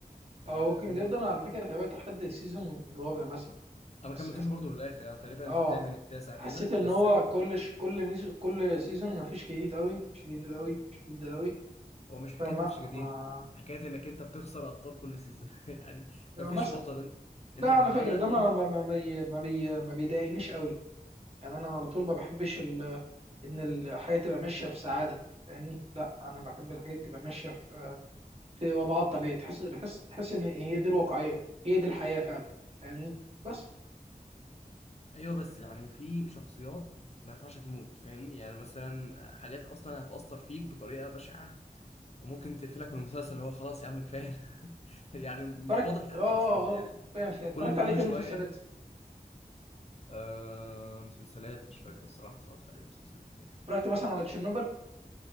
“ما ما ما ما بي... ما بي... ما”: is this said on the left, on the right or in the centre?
Right